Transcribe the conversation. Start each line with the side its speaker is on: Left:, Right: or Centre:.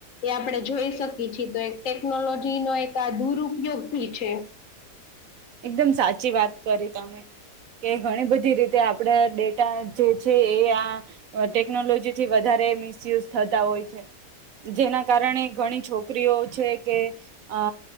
Left: એ આપણે જોઈ શકીએ છીએ તો એક ટેકનોલોજી નો એક આ દુરુપયોગથી છે
Right: એકદમ સાચી વાત કરી તમે કે ઘણી બધી રીતે આપડે જે છે એ આ ટેકનોલોજી થી વધારે મિસયુઝ થતા હોય છે- જેના કારણે ઘણી છોકરીઓ છે કે અ